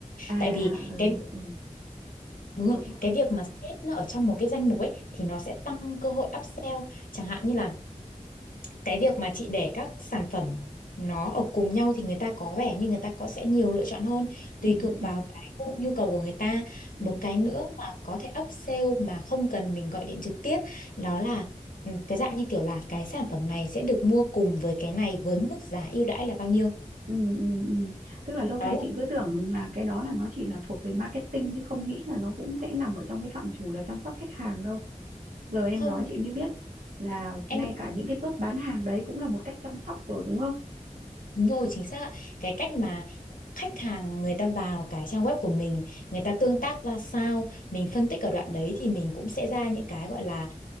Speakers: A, on the right; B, on the left.
A: à
B: tại vì
A: à ừ,
B: cái
A: ừ
B: đúng rồi
A: đúng rồi
B: cái việc mà xếp nó ở trong một cái danh mục ấy thì nó sẽ tăng cơ hội upsell chẳng hạn như là cái việc mà chị để các sản phẩm nó ở cùng nhau thì người ta có vẻ như người ta có sẽ nhiều lựa chọn hơn
A: ừ
B: tùy thuộc
A: ừ
B: vào cái gu- nhu cầu của người ta một
A: ừ
B: cái nữa mà có thể upsell mà không cần mình gọi điện trực tiếp đó là ừ, cái dạng như kiểu là cái sản phẩm này sẽ được mua cùng với cái này với mức giá ưu đãi là bao nhiêu
A: ừ ừ ừ. tức là lâu
B: đó
A: nay
B: là
A: chị cứ tưởng là cái đó là nó chỉ là thuộc về marketing chứ không nghĩ là nó cũng sẽ nằm ở trong cái phạm trù là chăm sóc khách hàng đâu giờ em
B: không
A: nói chị mới biết là
B: em
A: ngay cả những cái bước bán hàng đấy cũng là một cách chăm sóc rồi đúng không
B: đúng rồi chính xác ạ. cái cách mà khách hàng người ta vào cái trang web của mình người ta tương tác ra sao mình phân tích ở đoạn đấy thì mình cũng sẽ ra những cái gọi là